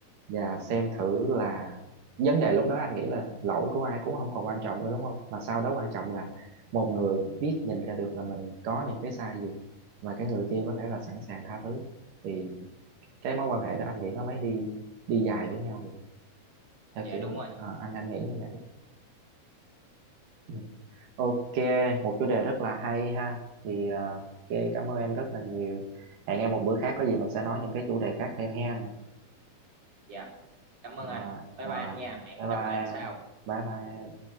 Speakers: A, on the right (about 85°); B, on the right (about 50°).
A: và xem thử là vấn đề lúc đó anh nghĩ là lỗi của ai cũng không còn quan trọng nữa đúng không mà sau đó quan trọng là một người biết nhìn ra được là mình có những cái sai gì và cái người kia có thể là sẵn sàng tha thứ thì cái mối quan hệ đó anh nghĩ nó mới đi đi dài với nhau được theo
B: dạ
A: kiểu
B: đúng
A: đó.
B: rồi
A: Ờ, anh anh nghĩ như vậy ừ. ok một chủ đề rất là hay ha thì ờ, ok cảm ơn em rất là nhiều hẹn em một bữa khác có gì mình sẽ nói những cái chủ đề khác thêm hen
B: dạ cảm
A: Ờ,
B: ơn anh bye
A: rồi
B: bye anh nha hẹn
A: bye
B: gặp
A: bye
B: lại anh sau
A: em bye bye em.